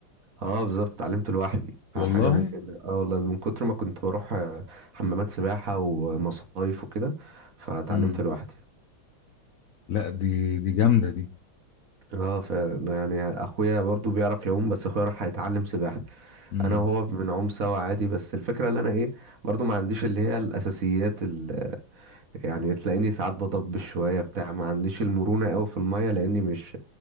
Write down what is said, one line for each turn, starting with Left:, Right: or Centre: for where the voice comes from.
Right: اه بالظبط اتعلمت لوحدي
Left: والله
Right: يعني حاجة ممكن اه والله من كتر ما كنت بروح آه، حمامات سباحة ومصايف وكده فاتعلمت
Left: امم
Right: لوحدي
Left: لا دي دي جامدة دي
Right: اه فعلا يعني اخويا برضو بيعرف يعوم بس اخويا راح هيتعلم سباحه
Left: امم
Right: انا وهو بنعوم سوا عادي بس الفكره اللي انا ايه برضو ما عنديش اللي هي الاساسيات اللي يعني تلاقيني ساعات بضبش شويه بتاع ما عنديش المرونه قوي في الميه لاني مش